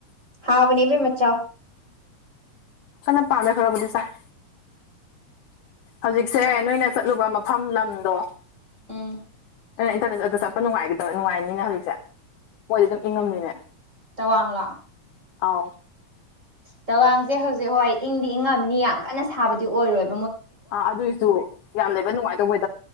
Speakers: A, on the right; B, on the left.
A: ꯍꯥꯎꯕꯅꯦ ꯏꯕꯦꯝꯃ ꯆꯥꯎ
B: <unintelligible> ꯄꯥꯅ ꯈꯔꯕꯨꯗꯤ ꯆꯥꯢ ꯍꯧꯖꯤꯛꯁꯦ
A: ꯆꯥꯎ
B: ꯅꯣꯏꯅ ꯆꯠꯂꯨꯕ ꯃꯐꯝ ꯂꯝꯗꯣ
A: ꯎꯝ
B: ꯏꯟꯇꯔꯅꯦꯠ ꯑꯗ ꯆꯠꯄ ꯅꯨꯡꯉꯥꯏꯒꯗ ꯅꯨꯡꯉꯥꯏꯅꯤꯅꯦ ꯍꯧꯖꯤꯛꯁꯦ ꯃꯣꯏꯗꯤ ꯑꯗꯨꯝ ꯏꯪꯉꯝꯅꯤꯅꯦ
A: ꯇꯋꯥꯡꯂꯣ
B: ꯑꯥꯎ
A: ꯇꯋꯥꯡꯁꯦ ꯍꯧꯖꯤꯛ ꯍꯣꯏ ꯏꯪꯗꯤ ꯏꯪꯉꯝꯅꯤ ꯌꯥꯝ ꯀꯟꯅ ꯁꯥꯕꯗꯤ ꯑꯣꯏꯔꯣꯏ
B: ꯑꯥ ꯑꯗꯨꯏꯁꯨ ꯌꯥꯝ ꯂꯩꯕ ꯅꯨꯡꯉꯥꯏꯗꯧ ꯋꯦ